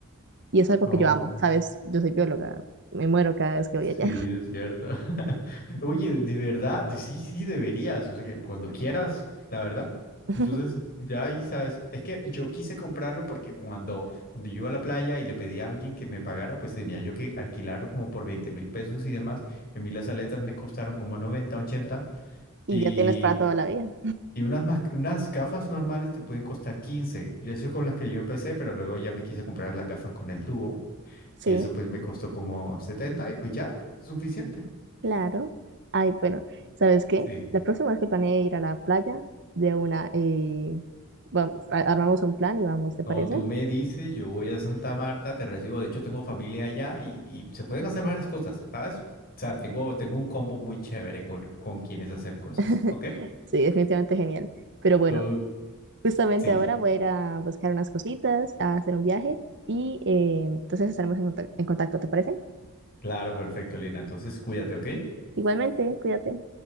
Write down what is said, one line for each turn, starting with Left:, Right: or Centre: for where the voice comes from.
Right: Y es algo
Left: Oh.
Right: que yo amo, ¿sabes? Yo soy bióloga, me muero cada vez que
Left: Sí,
Right: voy allá
Left: es cierto. <laughs> Oye, de verdad, sí, sí, deberías, o sea, que cuando quieras, la verdad.
Right: <laughs>
Left: Entonces, ya ahí sabes, es que yo quise comprarlo porque cuando, cuando yo iba a la playa y le pedí a alguien que me pagara, pues tenía yo que alquilarlo como por veinte mil pesos y demás. Y a mí las aletas me costaron como 90, 80
Right: y
Left: y,
Right: ya tienes para toda la vida.
Left: y unas, mas- unas gafas normales te pueden costar 15. Yo eso es con las que yo empecé, pero luego ya me quise comprar las gafas con el tubo
Right: Sí.
Left: y eso pues me costó como 70 y pues ya, suficiente.
Right: Claro. Ay, bueno, ¿sabes qué?
Left: Sí.
Right: La próxima vez que planee ir a la playa, de una, eh, vamos, a- armamos un plan y vamos, ¿te
Left: O
Right: parece?
Left: tú me dices, yo voy a Santa Marta, te recibo. De hecho, tengo familia allá y, y se pueden hacer varias cosas, ¿sabes? O sea, tengo, tengo un combo muy chévere con, con quienes hacer cosas,
Right: <laughs>
Left: ¿ok?
Right: Sí, definitivamente genial. Pero bueno,
Left: Oh,
Right: justamente
Left: sí,
Right: ahora voy a ir a buscar unas cositas, a hacer un viaje y eh, entonces estaremos en contac- en contacto, ¿te parece?
Left: claro, perfecto, Lina. Entonces, cuídate, ¿ok?
Right: Igualmente, cuídate.